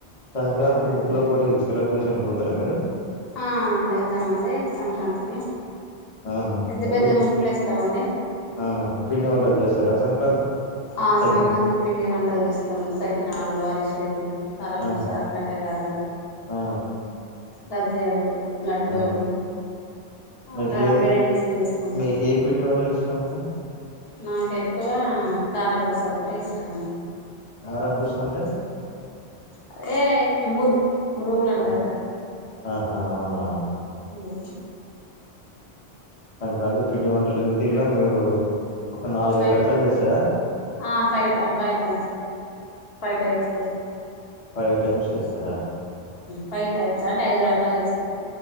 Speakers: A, on the left; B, on the left.
A: సంక్రాంతికి
B: అత్తగారి
A: ముగ్గుల పోటీ సెలబ్రేషన్ పోతారా మీరు
B: ఆ వెళ్తామండి సంక్రాంతికి
A: ఆహా
B: పెద్ద
A: ముగ్గులు
B: పెద్ద వేస్తామండి
A: ఆ పిండి వంటలు చేస్తారా సంక్రాంతి
B: ఆ
A: సకిన
B: సంక్రాంతికి పిండి వంటలు చేస్తాం సకినాలు అరిసలు కారపూస
A: ఆ
B: కట్టగారలు
A: ఆ
B: గ్జలు లడ్డూలు
A: ఆ మీకు
B: అట్లా
A: ఏది
B: వెరైటీషన్ చేసుకుంటాం
A: మీకు ఏ పిండి వంటలు మేడం
B: నాకు ఎక్కువ కారపూస ఒకటే ఇష్టం అంది
A: కారపూస అంటే
B: అదే ఇఊరు మరుూలు
A: ఆ!
B: అడా త
A: ఆహా అవునా
B: అఓ
A: సంక్రాంతి పిండి వంటలు ఎన్ని తీరులో మీరు ఒక నాలుగైదు
B: ఫైట్
A: రకాలు చేస్తారా
B: ఆ fight fight five types
A: five times చేస్తారా
B: ఫైవ్ టైప్స్ అంటే ఐదు రకాలు చేస్తాం